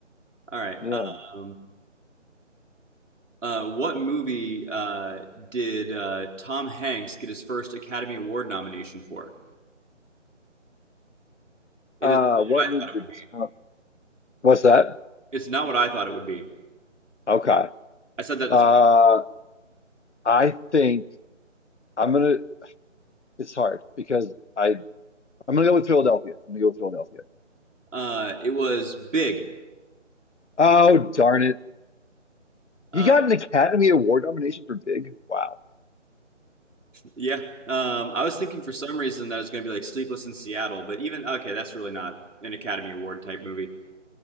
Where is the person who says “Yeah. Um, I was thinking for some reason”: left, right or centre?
Right